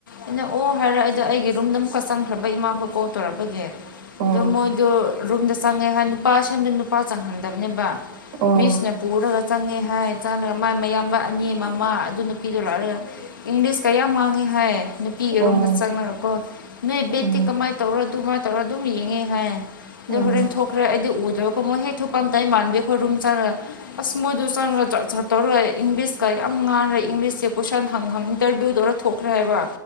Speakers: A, on the left; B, on the right.
A: ꯑꯩꯅ ꯑꯣ ꯍꯥꯏꯔꯛꯑꯦꯗꯣ ꯑꯩꯒꯤ ꯔꯨꯝꯗ ꯑꯃꯨꯛꯀ ꯆꯪꯈ꯭ꯔꯕ ꯏꯃꯥꯈꯣꯏ ꯀꯣꯜ ꯇꯧꯔꯛꯄꯒꯦ
B: ꯑꯣ
A: ꯑꯗꯨ ꯃꯣꯏꯗꯣ ꯔꯨꯝꯗ ꯆꯪꯉꯦ ꯍꯥꯏ ꯅꯨꯄꯥ ꯁꯦꯝꯗꯅ ꯅꯨꯄꯥ ꯆꯪꯍꯟꯗꯕꯅꯦꯕ
B: ꯑꯣ
A: ꯃꯤ ꯏꯁꯅ ꯄꯔ ꯆꯪꯉꯦ ꯍꯥꯏ ꯆꯪꯉꯒ ꯃꯥꯏ ꯃꯌꯥꯝꯕ ꯑꯅꯤ ꯃꯃꯥ ꯑꯗꯨ ꯅꯨꯄꯤꯗꯣ ꯂꯥꯛꯂꯒ ꯏꯪꯂꯤꯁ ꯀꯌꯥꯝ ꯃꯥꯡꯉꯦ ꯍꯣꯏ ꯅꯨꯄꯤꯒꯤ
B: ꯑꯣ
A: ꯔꯨꯝꯗ ꯆꯪꯅꯔꯀꯣ ꯅꯣꯏ ꯕꯦꯠꯇꯤ
B: ꯑꯣ
A: ꯀꯃꯥꯏꯅ ꯇꯧꯔ ꯑꯗꯨꯃꯥꯏꯅ ꯇꯧꯔ ꯑꯗꯨꯝ ꯌꯦꯡꯉꯦ ꯍꯥꯏ ꯑꯗ
B: ꯑꯣ
A: ꯍꯣꯔꯦꯟ ꯊꯣꯛꯈ꯭ꯔꯦ ꯑꯩꯗꯤ ꯎꯗꯕꯀꯣ ꯃꯣꯏ ꯍꯦꯛ ꯊꯣꯛꯄ ꯑꯝꯇ ꯑꯩ ꯃꯥꯟꯕꯤꯈꯣꯏ ꯔꯨꯝ ꯆꯪꯉꯒ ꯑꯁꯃꯨꯠ ꯁꯟꯒ ꯆꯠꯇꯧꯔꯦ ꯏꯪꯂꯤꯁꯀ ꯌꯥꯝ ꯉꯥꯟꯔꯦ ꯏꯪꯂꯤꯁꯁꯦ ꯀꯣꯏꯁꯟ ꯍꯪ ꯏꯟꯇꯔꯚꯌꯨ ꯇꯧꯔ ꯊꯣꯛꯈ꯭ꯔꯦ ꯍꯥꯏꯕ